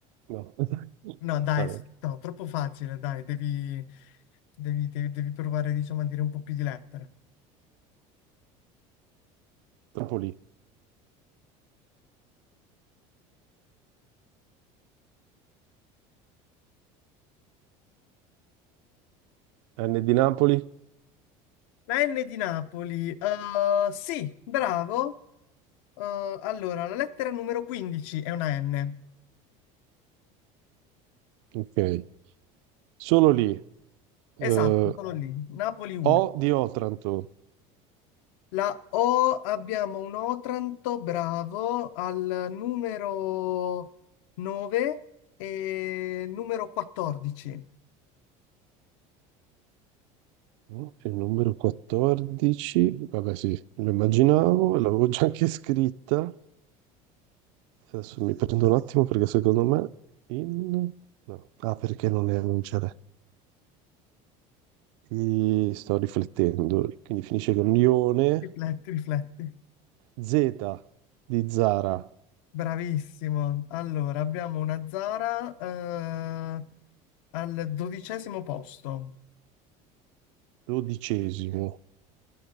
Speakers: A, on the right (about 80°); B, on the left (about 80°).
A: No, <laughs>
B: no, dai,
A: va bene.
B: s- no, troppo facile, dai, devi, devi, devi- devi provare, diciamo, a dire un po' più di lettere.
A: Napoli. N di Napoli.
B: La N di Napoli. Eh, sì, bravo. Eh, allora, la lettera numero 15 è una N.
A: Ok, solo lì. Eh,
B: Esatto, sono lì. Napoli 1.
A: O di Otranto,
B: La O abbiamo un Otranto, bravo, al numero 9 e numero 14.
A: no? il numero 14, vabbè sì, lo immaginavo, l'avevo già anche scritta. Adesso mi prendo un attimo perché secondo me in... no. Ah, perché non è, non ce l'è. I- Sto riflettendo, quindi finisce con Ione,
B: Rifletti, rifletti.
A: Z di Zara,
B: Bravissimo. Allora, abbiamo una Zara, eh, al dodicesimo posto.
A: dodicesimo.